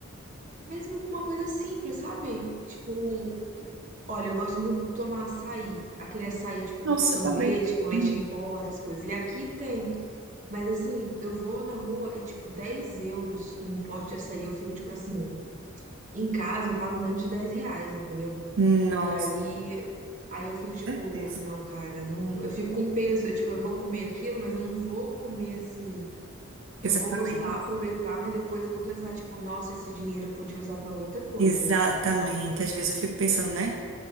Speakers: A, on the right; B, on the right.
A: mesmo com uma coisa simples, sabe? Tipo, Olha, eu gosto muito de tomar açaí, aquele açaí tipo
B: Nossa,
A: sorvete
B: eu também.
A: com leite
B: Hum,
A: em pó, essas coisas. E aqui tem, mas assim, eu vou na rua e tipo 10 euros um pote de açaí, eu fico tipo assim, em casa eu pago menos de 10 reais, entendeu?
B: Nossa,
A: E aí, aí eu fico tipo,
B: certeza.
A: não, cara, não, eu fico com peso, eu, tipo, eu vou comer aquilo, mas eu não vou comer assim, eu
B: exatamente.
A: vou gostar, aproveitar, mas depois eu vou pensar tipo, nossa, esse dinheiro eu podia usar pra outra coisa.
B: Exatamente. Às vezes eu fico pensando, né?